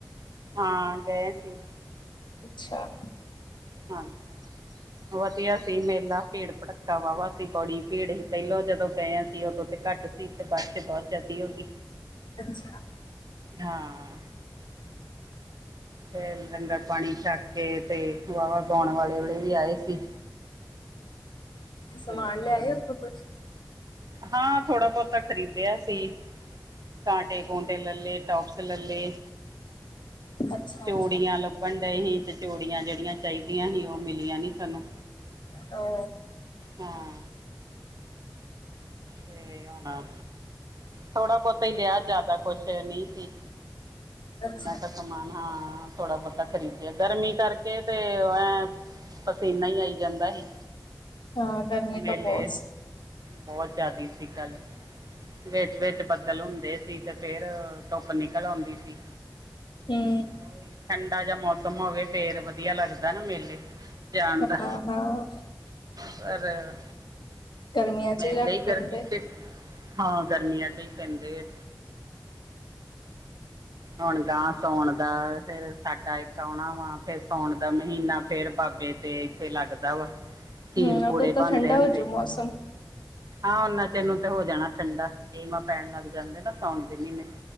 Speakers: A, on the right; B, on the left.
A: ਹਾਂ ਗਏ ਸੀ
B: ਅੱਛਾ
A: ਹਾਂ ਵਧੀਆ ਸੀ ਮੇਲਾ ਭੀੜ ਭੜੱਕਾ ਵਾਹ ਵਾਹ ਸੀ ਬੌੜੀ ਭੀੜ ਹੀ ਪਹਿਲੋਂ ਜਦੋਂ ਗਏ ਸੀ ਉਦੋਂ ਤੇ ਘੱਟ ਬਸੇ ਬਹੁਤ ਜਿਆਦੀ ਹੋ ਗਈ
B: ਅੱਛਾ
A: ਹਾਂ ਤੇ ਲੰਗਰ ਪਾਣੀ ਛੱਕ ਕੇ ਤੇ ਵਾਵਾ ਗਾਉਣ ਵਾਲੇ ਵੇਲੇ ਵੀ ਆਏ ਸੀ
B: ਸਮਾਨ
A: ਤੇ
B: ਲਿਆਏ ਉਥੋਂ ਫੇ
A: ਹਾਂ ਥੋੜਾ ਬਹੁਤਾ ਖ਼ਰੀਦਿਆ ਸੀ ਕਾਂਟੇ ਕੁਂਟੇ ਲੇ ਟੋਪਸ ਲੱਲੇ
B: ਅੱਛਾ
A: ਚੂੜੀਆਂ
B: ਅੱਛਾ
A: ਲੱਭਣ ਡਏ ਸੀ ਤੇ ਚੂੜੀਆਂ ਜਿਹ ਯਾਂ ਚਾਹੀਦੀਆਂ ਸੀ ਉਹ ਮਿਲੀਆਂ ਨੀ ਸਾਨੂੰ
B: ਅ ਔ
A: ਹਾਂ ਤੇ ਹੁਣਾ ਥੋੜਾ ਬਹੁਤਾ ਹੀ ਲਿਆ ਜ਼ਿਆਦਾ ਕੁਛ ਨਹੀਂ ਸੀ
B: ਅੱਛਾ
A: ਨਾ ਦਾ ਸਮਾਨ ਹਾਂ ਥੋੜਾ ਬਹੁਤਾ ਖਰੀਦਿਆ ਗਰਮੀ ਕਰਕੇ ਤੇ ਐ ਪਸੀਨਾ ਹੀ ਆਈ ਜਾਂਦਾ ਸੀ
B: ਹਾਂ ਗਰਮੀ
A: ਮੇਲੇ
B: ਤਾਂ ਬਹੁਤ ਸੀ।
A: ਬਹੁਤ ਜ਼ਿਆਦਾ ਸੀ ਕੱਲ ਵਿੱਚ-ਵਿਚ ਬੱਦਲ ਹੁੰਦੇ ਸੀ ਤੇ ਫੇਰ ਧੁੱਪ ਨਿਕਲ ਆਉਂਦੀ ਸੀ
B: ਤੇ
A: ਉਹੀ ਠੰਡਾ ਜਿ ਮੌਸਮ ਹੋਵੇ ਫੇਰ ਵਧੀਆ ਲੱਗਦਾ ਨਾ ਮੇਲੇ ਜਾਣ ਦਾ
B: ਹਾਂ ਹਾਂ
A: ਪਰ
B: ਗਰਮੀਆਂ ਚ
A: ਮੈਂ
B: ਹੀ
A: ਲਈ
B: ਰੱਖ ਲੈਂਦੇ।
A: ਗਰਮੀ ਤੇ ਹਾਂ ਗਰਮੀਆਂ ਚ ਹੀ ਪੈਂਦੇ ਆ ਹੁਣ ਗਾਂਹ ਸਾਉਣ ਦਾ ਫੇਿਰ ਸਾਡਾ ਇੱਕ ਆਉਣਾ ਵਾ ਫੇਿਰ ਸਾਉਣ ਦਾ ਮਹੀਨਾ ਫੇਰ ਬਾਬੇ ਤੇ ਇੱਥੇ ਲੱਗਦਾ ਵਾ ਖੀਰ
B: ਹਮ
A: ਪੂੜੇ
B: ਉਹ ਤਾਂ
A: ਬਣਦੇ
B: ਠੰਡਾ
A: ਹੁੰਦੇ
B: ਹੋਜੂ ਮੌਸਮ
A: ਹਾਂ ਉਹਨਾਚੇ ਨੂੰ ਤੇ ਹੋ ਜਾਣਾ ਠੰਡਾ ਨਵਾਂ ਪੈਣ ਲੱਗ ਜਾਂਦੇ ਨਾ ਸਾਉਣ ਦੇ ਮਹੀਨੇ